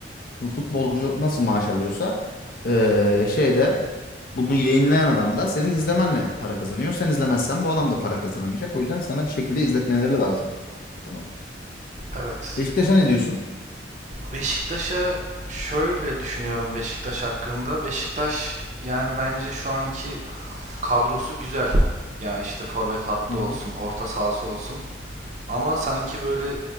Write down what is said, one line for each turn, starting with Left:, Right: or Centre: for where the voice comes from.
Left: Şimdi futbolcu nasıl maaş alıyorsa eee, şeyde bunu yayınlayan adam da senin izlemenle para kazanıyor. Sen izlemezsen bu adam da para kazanamayacak. O yüzden sana bir şekilde izletmeleri lazım bunu.
Right: Evet.
Left: Beşiktaş'a ne diyorsun?
Right: Beşiktaş'a şöyle düşünüyorum Beşiktaş hakkında. Beşiktaş yani bence şu anki kadrosu güzel. Ya işte forvet hattı
Left: Hı hı.
Right: olsun, orta sahası olsun. Ama sanki böyle